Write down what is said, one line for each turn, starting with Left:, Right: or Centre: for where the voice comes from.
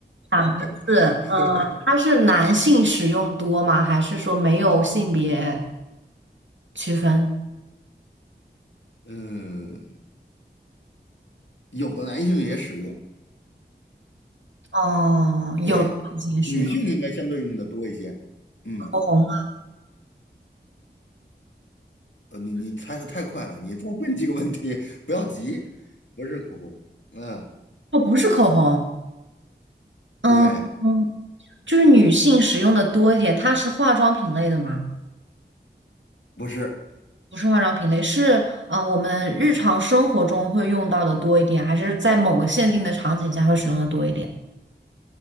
Right: 两个字，
Left: <laughs>
Right: 嗯，它是男性使用多吗？还是说没有性别区分？
Left: 嗯，有的男性也使用，
Right: 哦，有的男性使用
Left: 对，女性应该相对用的多一些。嗯，
Right: 口红吗？
Left: 呃，你你猜的太快了，你再问几个问题，不要急，不是口红，嗯，
Right: 哦，不是口红，嗯嗯，
Left: 对，
Right: 就是女性使用的多一点。它是化妆品类的吗？
Left: 不是，
Right: 不是化妆品类，是嗯、呃我们日常生活中会用到的多一点，还是在某个限定的场景下会使用的多一点？